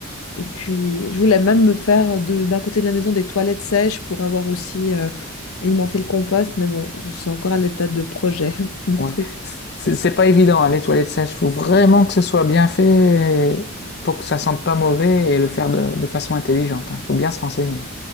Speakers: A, on the left; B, on the left.
A: Et puis, je voulais même me faire de- d'un côté de la maison des toilettes sèches pour avoir aussi euh, alimenté le compost. Mais bon, je suis encore à l'état de projet, <laughs> mon
B: Ouais.
A: truc.
B: C'est c'est pas évident, hein, les toilettes sèches. Faut vraiment que ce soit bien fait pour que ça sente pas mauvais et le faire de, de façon intelligente. Hein. Faut bien se renseigner.